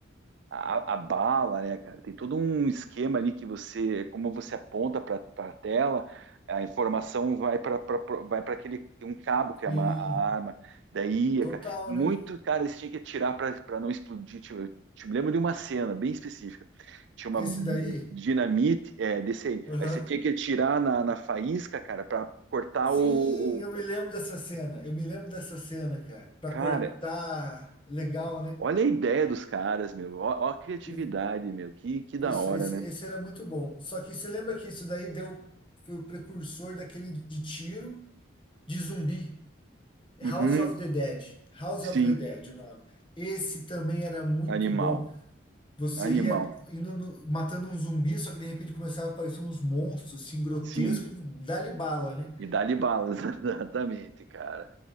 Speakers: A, on the right (about 65°); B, on the left (about 25°).
A: a, a bala, né, cara? Tem todo um esquema ali que você, como você aponta para a tela, a informação vai para vai para aquele tem um cabo que é
B: Sim,
A: a, a arma. Daí,
B: Total,
A: cara, muito
B: né?
A: cara eles tinham que atirar para não explodir. Tipo, eu te- me lembro de uma cena bem específica. Tinha uma
B: Esse daí?
A: dinamite, é, desse aí.
B: Aham.
A: Aí você tinha que atirar na, na faísca, cara, para cortar
B: Sim,
A: o,
B: eu
A: o-
B: me lembro dessa cena. Eu me lembro dessa cena, cara. Pra
A: Cara,
B: cortar, legal, né?
A: olha a ideia dos caras, meu. Ó, ó a criatividade,
B: E
A: meu. Que, que da
B: isso,
A: hora,
B: esse,
A: né?
B: esse era muito bom. Só que você lembra que isso daí deu, foi o precursor daquele de tiro de zumbi,
A: Uhum,
B: House of the Dead. House
A: sim.
B: of the Dead, o nome. Esse também era muito
A: Animal,
B: bom. Você
A: animal,
B: ia indo no- matando um zumbi, só que de repente começava a aparecer uns monstros assim grotescos,
A: sim.
B: e dá-lhe bala, né?
A: E dá-lhe balas, <laughs> exatamente, cara.